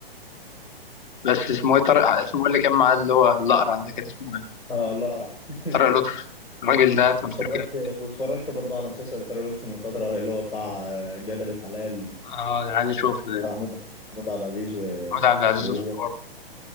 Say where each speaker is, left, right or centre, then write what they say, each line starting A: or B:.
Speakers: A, on the left (about 50°); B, on the left (about 80°).
A: بس اسمه ايه طارق اسمه إيه اللي كان معاه اللي هو الأقرع ده كان اسمه ايه؟
B: اه الله أرع. <laughs>
A: طارق لطفي الراجل ده تمثيله
B: واتفرجت
A: جامد
B: واتفرجت برضو على مسلسل ترى لطفي من فتره اللي هو بتاع آه، جبل الحلال
A: اه ده انا عايز اشوفه ده
B: بتاع محمود محمود عبد العزيز و...
A: محمود عبد العزيز
B: وهو
A: أسطورة